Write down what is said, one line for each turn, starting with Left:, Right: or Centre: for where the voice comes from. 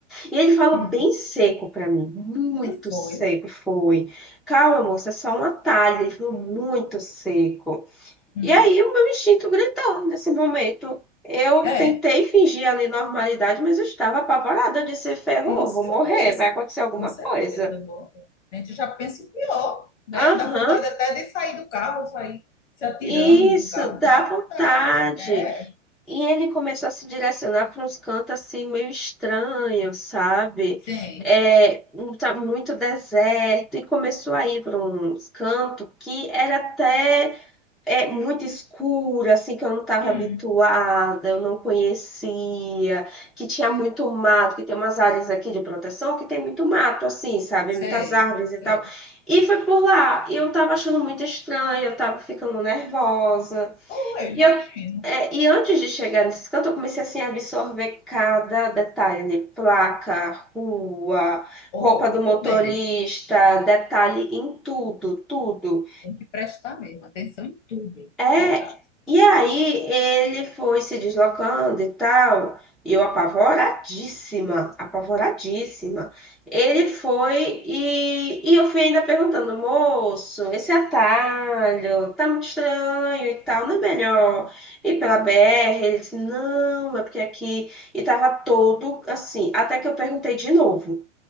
Centre: E ele falou
Left: hum.
Centre: bem seco para mim, muito
Left: E foi.
Centre: seco foi. Calma, moça, é só um atalho. Ele falou muito seco.
Left: Hum.
Centre: E aí o meu instinto gritou nesse momento. Eu
Left: É,
Centre: tentei fingir ali normalidade, mas eu estava apavorada de ser ferrou,
Left: com certeza.
Centre: vou morrer, vai acontecer alguma
Left: Com certeza.
Centre: coisa.
Left: Bom, a gente já pensa o pior, né?
Centre: Aham,
Left: Dá vontade até de sair do carro, sair se atirando
Centre: isso,
Left: do carro.
Centre: dá
Left: Dá
Centre: vontade.
Left: vontade. É,
Centre: E ele começou a se direcionar para uns cantos assim meio estranhos, sabe?
Left: sim.
Centre: É, um tá muito deserto, e começou a ir para uns cantos que era até é muito escura, assim, que eu não estava
Left: Hum.
Centre: habituada, eu não conhecia, que tinha muito mato, que tem umas áreas aqui de proteção que tem muito mato, assim, sabe?
Left: Sei,
Centre: Muitas árvores
Left: sei.
Centre: e tal. E foi por lá. E eu estava achando muito estranho, eu estava ficando nervosa.
Left: Ou eu
Centre: E
Left: imagino.
Centre: eu é, e antes de chegar nesse canto, eu comecei assim a absorver cada detalhe ali, placa, rua,
Left: Ou,
Centre: roupa do
Left: muito
Centre: motorista,
Left: bem.
Centre: detalhe em tudo, tudo.
Left: Tem que prestar mesmo atenção em tudo.
Centre: É,
Left: É verdade.
Centre: e aí ele foi se deslocando e tal, e eu apavoradíssima, apavoradíssima. Ele foi e, e eu fui ainda perguntando, moço, esse atalho tá muito estranho e tal, não é melhor ir pela BR? Ele disse, não, é porque aqui, e tava todo assim, até que eu perguntei de novo.